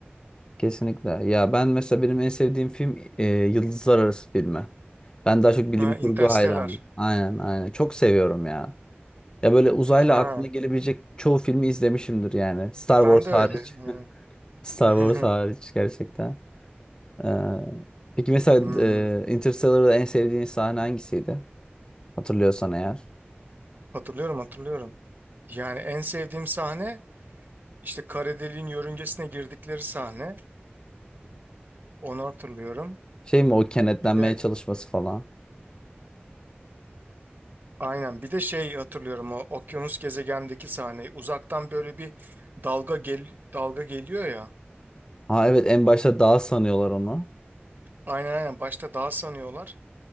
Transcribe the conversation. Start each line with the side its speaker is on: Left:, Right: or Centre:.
Left: Kesinlikle. Ya ben mesela benim en sevdiğim film e, Yıldızlar Arası filmi. Ben daha çok bilim
Right: Ha,
Left: kurgu
Right: Interstellar.
Left: hayranıyım. Aynen, aynen. Çok seviyorum ya. Ya böyle uzayla
Right: Ha,
Left: aklına gelebilecek çoğu filmi izlemişimdir yani. Star
Right: ben
Left: Wars
Right: de öyle.
Left: hariç.
Right: Hı.
Left: <laughs> Star
Right: <laughs>
Left: Wars hariç gerçekten. Ee, peki mesela
Right: Hmm,
Left: e, Interstellar'da en sevdiğin sahne hangisiydi? Hatırlıyorsan eğer.
Right: Hatırlıyorum hatırlıyorum. Yani en sevdiğim sahne işte kara deliğin yörüngesine girdikleri sahne. Onu hatırlıyorum.
Left: Şey mi o kenetlenmeye
Right: Bir de
Left: çalışması falan.
Right: aynen bir de şey hatırlıyorum o okyanus gezegendeki sahneyi. Uzaktan böyle bir dalga gel dalga geliyor ya.
Left: Ha evet en başta dağ sanıyorlar onu.
Right: Aynen aynen başta dağ sanıyorlar.